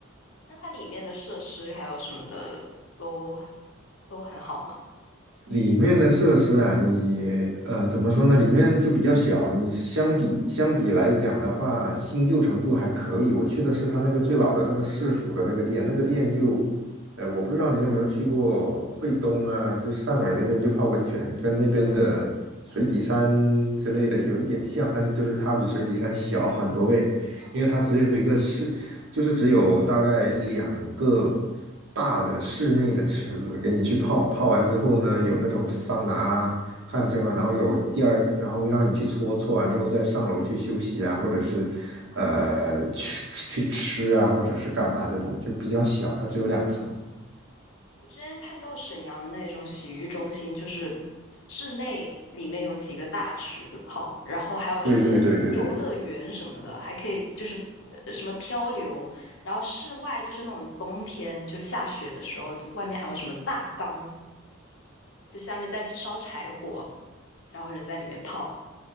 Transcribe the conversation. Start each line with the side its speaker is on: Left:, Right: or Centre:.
Left: 那它里面的设施还有什么的都都很好吗？
Right: 里面的设施啊，你呃怎么说呢？里面就比较小，你相比相比来讲的话，新旧程度还可以。我去的是他那个最老的那个市府的那个店，
Left: 啊，
Right: 那个店就，呃，我不知道你有没有去过惠东啊，就汕尾那边去泡温泉，跟那边的水底山之类的有一点像，
Left: 哦，
Right: 但是就是它比水底山小很多倍，
Left: 哦，
Right: 因为它只有一个市就是只有大概两个大的室内的池子给你去泡，泡完之后呢，有那种桑拿啊、汗蒸啊，然后有第二，然后让你去搓，搓完之后再上楼去休息啊，或者是呃去去吃啊，
Left: 哦。
Right: 或者是干嘛这种，就比较小，它只有两层。
Left: 我之前看到沈阳的那种洗浴中心，就是室内里面有几个大池子泡，然后还有什么游乐园什么的，
Right: 对对对对对，
Left: 还可以就是呃什么漂流，然后室外就是那种冬天就下雪的时候，外面还有什么大缸，就下面在烧柴火，然后人在里面泡。